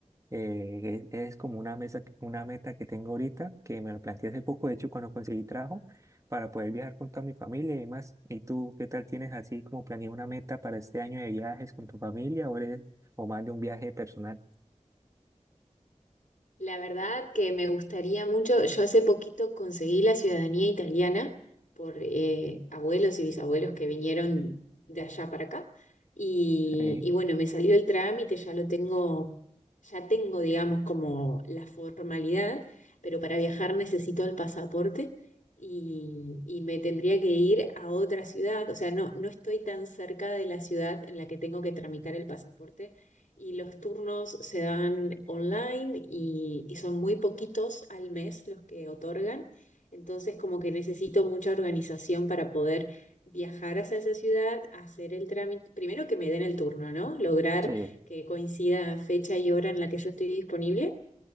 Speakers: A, on the right; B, on the left.
A: Eh, es, es como una mesa, una meta que tengo ahorita, que me lo planteé hace poco, de hecho, cuando conseguí trabajo, para poder viajar con toda mi familia y demás. ¿Y tú qué tal tienes así como planeado una meta para este año de viajes con tu familia o, eres- o más de un viaje personal?
B: La verdad que me gustaría mucho, yo hace poquito conseguí la ciudadanía italiana por eh, abuelos y bisabuelos que vinieron de allá para acá y,
A: Sí,
B: y bueno, me salió el trámite, ya lo tengo, ya tengo digamos como la formalidad, pero para viajar necesito el pasaporte y, y me tendría que ir a otra ciudad, o sea, no, no estoy tan cerca de la ciudad en la que tengo que tramitar el pasaporte y los turnos se dan online y, y son muy poquitos al mes los que otorgan. Entonces, como que necesito mucha organización para poder viajar hacia esa ciudad, hacer el trámite, primero que me den el turno, ¿no? Lograr
A: sí.
B: que coincida fecha y hora en la que yo estoy disponible